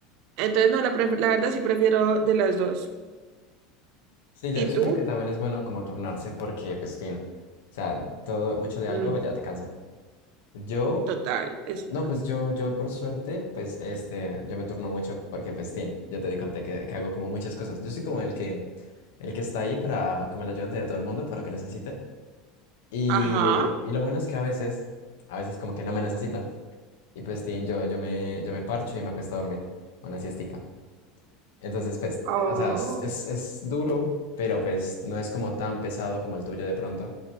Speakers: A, on the right; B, on the left.
A: Entonces, no, la, pref- la verdad sí prefiero de las dos.
B: Sí, yo,
A: ¿Y
B: yo
A: tú?
B: creo que también es bueno como turnarse porque, pues, tin, o sea, todo, mucho de algo
A: Mm.
B: ya te cansa. Yo
A: Total, eso
B: No,
A: es verdad.
B: pues yo, yo por suerte, pues este, yo me turno mucho porque pues tin, ya te di conté que, que hago como muchas cosas. Yo soy como el que, el que está ahí para, como el ayudante de todo el mundo para lo que necesite. Y,
A: Ajá.
B: y lo bueno es que a veces, a veces como que no me necesitan. Y pues tin, yo, yo me, yo me parcho y me acuesto a dormir, una siestica. Entonces, pues,
A: Oh,
B: eh, o sea, es, es, es duro, pero pues no es como tan pesado como el tuyo de pronto,